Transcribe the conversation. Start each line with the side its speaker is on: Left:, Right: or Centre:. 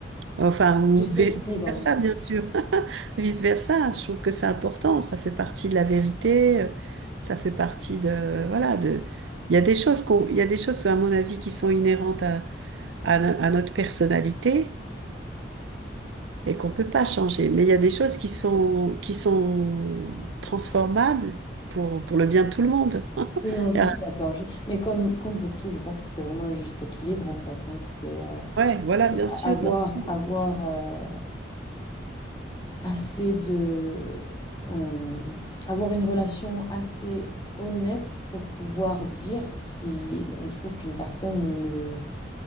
Right: Enfin, ou
Left: juste
Right: vice-versa,
Left: équilibre. hein.
Right: bien sûr. <laughs> Vice-versa, je trouve que c'est important. Ça fait partie de la vérité. euh, Ça fait partie de, voilà, de, il y a des choses qu'on, il y a des choses, à mon avis, qui sont inhérentes à, à, no- à notre personnalité et qu'on peut pas changer. Mais il y a des choses qui sont, qui sont transformables pour, pour le bien de tout le monde. <laughs>
Left: Oui, non, je
Right: Et,
Left: suis
Right: euh,
Left: d'accord. Je- Mais comme, comme pour tout, je pense que c'est vraiment un juste équilibre, en fait. hein. C'est, euh,
Right: Ouais, voilà, bien sûr.
Left: avoir
Right: bien sûr.
Left: avoir euh, assez de euh, avoir une relation assez honnête pour pouvoir dire si on trouve qu'une personne ne